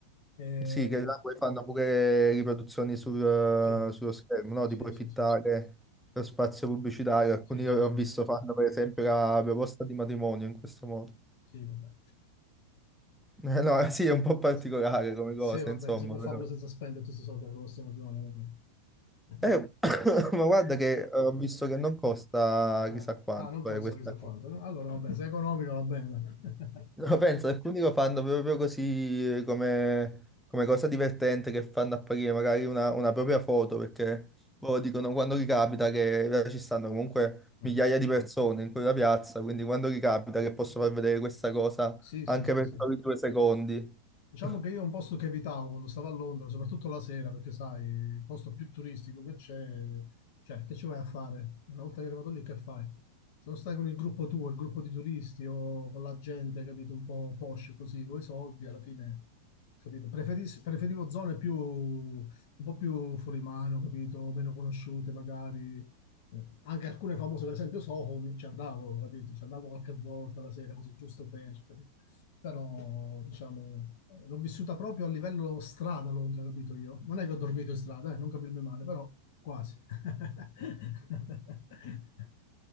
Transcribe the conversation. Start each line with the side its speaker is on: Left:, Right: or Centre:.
Left: Eh,
Centre: Sì, che là poi fanno pure riproduzioni sul-
Left: sì,
Centre: sullo schermo, no?
Left: sì,
Centre: Tipo
Left: sì,
Centre: Fittare,
Left: sì,
Centre: lo spazio pubblicitario. Alcuni
Left: sì,
Centre: che
Left: sì,
Centre: ho
Left: sì,
Centre: visto fanno per esempio la proposta di matrimonio in questo modo.
Left: sì, vabbè.
Centre: <laughs> Eh, no, sì, è un po' particolare
Left: Sì,
Centre: come
Left: Sì,
Centre: cosa,
Left: va
Centre: insomma.
Left: bene, si può fare
Centre: però.
Left: pure senza spendere tutti i soldi per questo matrimonio. non
Centre: Eh,
Left: è che-
Centre: <coughs> ma guarda che ho visto che
Left: <laughs>
Centre: non costa
Left: Ah,
Centre: chissà quanto
Left: ah, non
Centre: fare
Left: costa
Centre: questa
Left: chissà quanto. no? Allora, vabbè, se è economico va bene. dai.
Centre: No, penso,
Left: <laughs>
Centre: alcuni lo fanno proprio così eh, come, come cosa divertente che fanno apparire magari una, una propria foto, perché loro dicono quando ricapita che là ci stanno comunque
Left: Mm.
Centre: migliaia di persone in quella piazza, quindi quando ricapita che posso far vedere questa cosa
Left: Sì,
Centre: anche
Left: sì, sì,
Centre: per
Left: sì.
Centre: soli due secondi.
Left: Diciamo
Centre: <laughs>
Left: che io è un posto che evitavo quando stavo a Londra, soprattutto la sera, perché sai, il posto più turistico che c'è, cioè, che ci vai a fare? Una volta che eri arrivato lì, che fai? Se non stai con il gruppo tuo, il gruppo di turisti o con la gente, capito, un po' posh così, con i soldi, alla fine, capito? Preferis- preferivo zone più, un po' più fuori mano, capito? Meno conosciute magari. Eh, anche alcune famose, per esempio Soho, mi- ci andavo, capito? Ci andavo qualche volta la sera, così giusto per, capito? però diciamo l'ho vissuta proprio a livello strada a Londra, capito io? Non è che ho dormito in strada, eh, non capirmi male, però quasi. <laughs>